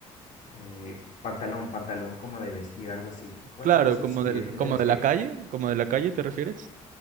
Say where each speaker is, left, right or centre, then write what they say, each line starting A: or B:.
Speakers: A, on the left; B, on the right.
A: Eh, pantalón, pantalón como de vestir, algo así. Bueno,
B: Claro,
A: no sé
B: como
A: si
B: del,
A: es
B: como
A: de vestir.
B: de la calle, como de la calle, ¿te refieres?